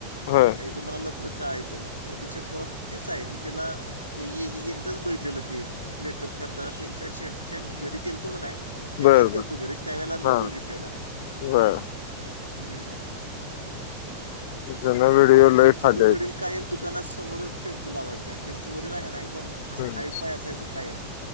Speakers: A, on the left (about 50°); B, on the right (about 90°).
A: हा.
B: मग हे जं मला लफडं कळायचं मग ती प्रतीक्षा थोरात तीच आहे मी तिला ए ए ए एकदाच बघलेलं ते. मेकअप करताना त्यांच्या शेटच्या घरी गेलतो का नाय. एकदाच
A: बर
B: गेलं
A: बर
B: तो घरी त्यावेेळेला मी
A: हा
B: बघितलेलं
A: बर
B: हम्म.
A: जुना व्हिडिओ
B: बाकी
A: लय
B: त्यांचं
A: खालीयत.
B: व- वडील कायम दुकाना समोरच टेम्पू लावायचे आणि त्यांचं वडीलं हाय की नाय एकदम
A: हम्म
B: हायफाय असायचं. कायमं